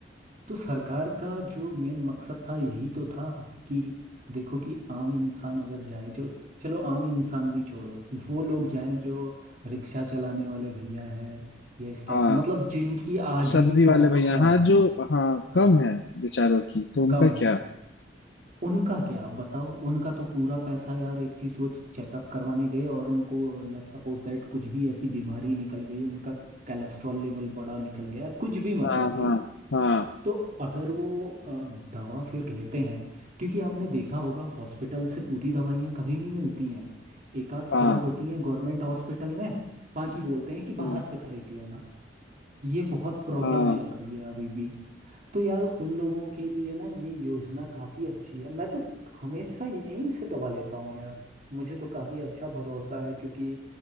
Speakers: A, on the right; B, on the left.
A: तो सरकार का जो मेन मकसद था यही तो था कि देखो कि आम इंसान अगर जाए जो चलो आम इंसान भी छोड़ो वो लोग जाएं जो रिक्शा चलाने वाले भैया हैं या इस टाइप
B: हाँ
A: से मतलब जिनकी आजीविका
B: सब्जी वाले
A: बहुत
B: भैया
A: कम
B: हाँ
A: है
B: जो हाँ
A: हाँ
B: कम है बेचारों की तो उनका
A: कम है
B: क्या
A: उनका क्या आप बताओ उनका तो पूरा पैसा यार एक चीज वो चेकअप करवाने गए और उनको लेट्स सपोज दैट कुछ भी ऐसी बीमारी निकल गई उनका कोलेस्ट्रॉल लेवल बड़ा निकल गया कुछ भी मतलब
B: हाँ हाँ
A: कि
B: हाँ
A: तो अगर वो अ, दवा फिर लेते हैं क्योंकि आपने देखा होगा हॉस्पिटल से पूरी दवाइयाँ कभी नहीं मिलती हैं एक आध
B: हाँ
A: खुराक होती है गवर्नमेंट हॉस्पिटल में बाकी बोलते हैं कि
B: हाँ
A: बाहर से खरीद लेना ये बहुत प्रॉब्लम
B: हाँ
A: चल रही है अभी भी तो यार उन लोगों के लिए ना ये योजना काफी अच्छी है मैं तो हमेशा यहीं से दवा लेता हूँ यार मुझे तो काफी अच्छा भरोसा है क्योंकि